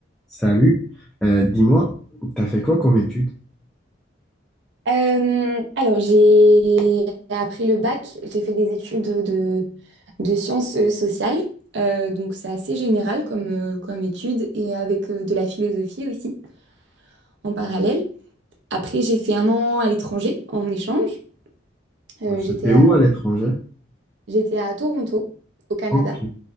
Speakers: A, in the centre; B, on the right.
A: Salut, Euh, dis-moi, t'as fait quoi comme étude?
B: Euh, alors, j'ai appris le bac, j'ai fait des études de, de sciences euh, sociales, Euh, donc c'est assez général comme, euh, comme étude et avec euh, de la philosophie aussi en parallèle. Après, j'ai fait un an à l'étranger en échange. Euh, j'étais
A: C'était
B: à,
A: où à l'étranger?
B: j'étais à Toronto, au Canada.
A: Ok,